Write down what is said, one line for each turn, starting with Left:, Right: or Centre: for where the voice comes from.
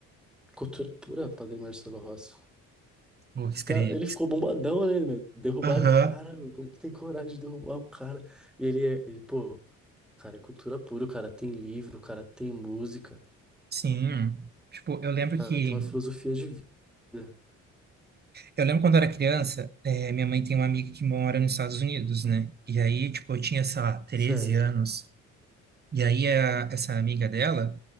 Centre: Cultura pura, Padre Marcelo Rossi.
Right: O que escre-
Centre: Então, Ele
Right: que
Centre: ficou
Right: es-
Centre: bombadão, né, meu? Derrubaram
Right: Aham,
Centre: o cara, meu. Como que tem coragem de derrubar o cara? E ele, é, ele, pô. Cara, é cultura pura, cara. Tem livro, cara, tem música,
Right: sim. Tipo, eu lembro
Centre: cara,
Right: que...
Centre: tem uma filosofia de vida.
Right: Eu lembro quando eu era criança, eh, minha mãe tem uma amiga que mora nos Estados Unidos, né? E aí, tipo, eu tinha, sei lá, 13
Centre: Certo.
Right: anos. E aí, a- essa amiga dela